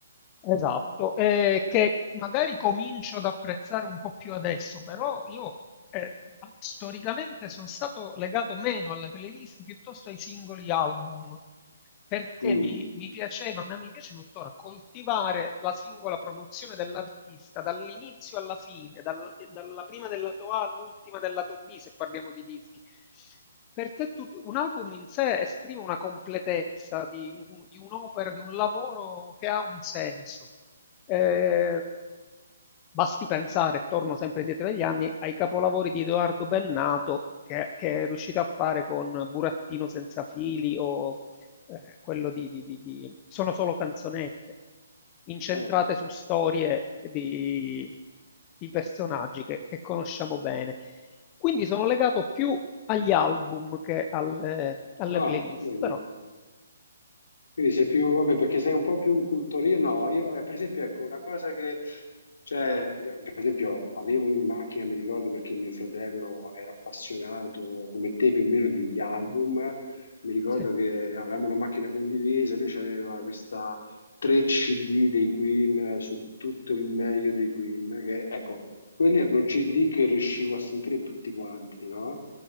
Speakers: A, on the left; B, on the left.
A: Esatto, eh, che magari comincio ad apprezzare un po' più adesso, però io eh, storicamente sono stato legato meno alle playlist piuttosto ai singoli album perché
B: Mm.
A: mi, mi piaceva, ma mi piace tuttora, coltivare la singola produzione dell'artista dall'inizio alla fine, dalla, dalla prima del lato A all'ultima del lato B, se parliamo di dischi. Per te tu- un album in sé esprime una completezza di, un- di un'opera, di un lavoro che ha un senso. Eh, basti pensare, torno sempre indietro negli anni, ai capolavori di Edoardo Bennato che, che è riuscito a fare con Burattino senza fili o eh, quello di, di- di- di- sono solo canzonette incentrate
B: Ah,
A: su storie di, di personaggi che, che conosciamo bene. Quindi sono legato più agli album che alle, alle
B: ah,
A: playlist,
B: vedi?
A: però
B: Quindi sei più, vabbè, perché sei un po' più un cultorino, no, io, eh, per esempio, ecco, una cosa che, cioè, io, per esempio, avevo in macchina, mi ricordo perché mio fratello era appassionato, come te più o meno, degli album, mi ricordo
A: sì.
B: che avevamo una macchina condivisa, lui aveva questa 3 CD dei Queen eh, su tutto il meglio dei Queen, che, ecco, quelli erano CD che riuscivo a sentire tutti quanti, no?